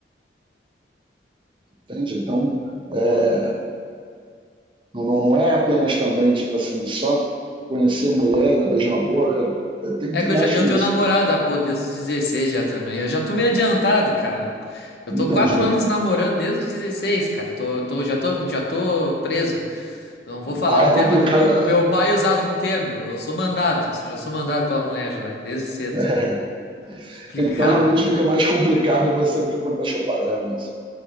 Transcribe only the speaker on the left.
É
que
eu, já, eu
tenho
namorada, pô, desde os 16 já também. Eu já tô meio adiantado, cara. Eu tô
quatro anos namorando desde os 16, cara. Eu tô, eu tô, já tô, já tô preso. Eu não vou falar
um
termo
aqui. Meu, meu
pai usava um termo. Eu sou mandado. Ou seja, eu sou mandado pela mulher já, desde cedo.
<laughs> Complicado.